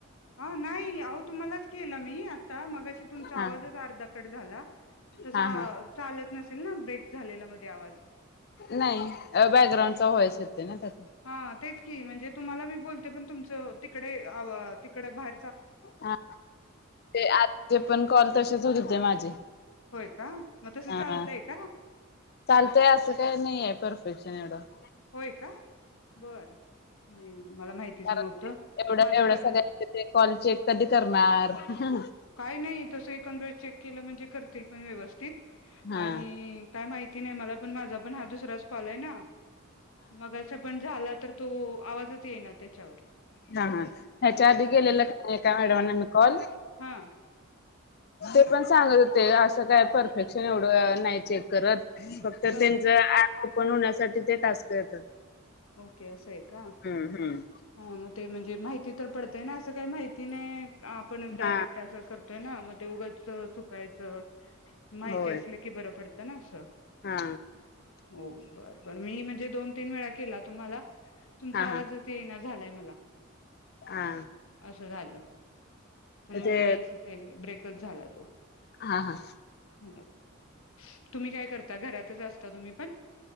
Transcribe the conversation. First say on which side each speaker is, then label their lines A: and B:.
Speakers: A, on the left (about 75°); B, on the left (about 50°).
A: हा नाही आहो तुम्हालाच केला मी आता मगाशी तुमचा
B: हा
A: आवाजच अर्धा कट झाला तसा
B: हा हा
A: चालत नसेल ना ब्रेक झालेला मध्ये आवाज
B: नाही बॅकग्राउंडचा व्हॉइस येतोय ना त्यात
A: हा तेच की म्हणजे तुम्हाला मी बोलते पण तुम हो तिकडे आव तिकडे भाय
B: ह ते आजे पण कॉल तसेच होत होते माझे
A: होय का मग तसं
B: हा
A: चालतंय का
B: चालतय अस काय नाये परफेक्ट <unintelligible>
A: होय का बरं नाई. मला माहिच
B: कारण
A: न्हवत माज
B: एवढं
A: माझ
B: एवढं
A: कर
B: सगळ्यांचे ते कॉल चेक कधी करणार हा
A: काय नाही तस एखांद वेळेस चेक केल म्हणजे करतील. पण व्यवस्थित
B: हा
A: आणि काय माहित नाही मला पण मा पण हा दु तर आज कॉलय ना. मग असं पण झालं तर तो आवाजच येईना त्याच्यावर
B: हा हा ह्याच्या आधी
A: कि
B: केलेला का नाही त्या मॅडमांना मी कॉल
A: हा.
B: ते पण सांगत होते अस कुठ काय परफेक्शन एवढ अ नाही चेक करत. फक्त
A: बर
B: त्यांच ॲप ओपन होण्यासाठी ते टास्क येतात.
A: ओके असंय का
B: हम्म हम्म.
A: हा मग ते म्हणजे माहिती तर पडतय ना असं काही माहिती नाही. आपणच डायरेक्ट
B: हा
A: असं करतोय ना मग ते उगंच चुकायचं माहिती
B: होय
A: असलं की बरं पडत तर ना असं.
B: हा.
A: हो बर बर मी म्हणजे दोन तीन वेळा केला तुम्हाला तुमचा
B: हा
A: आवाजच
B: हा
A: येईना झालंय मला.
B: हा
A: असं झालं. म्हणून
B: ते
A: मी असं ते ब्रेक झाला तो.
B: हा हा.
A: हो तुम्ही काय कर आता घरातच असता तुम्ही पण?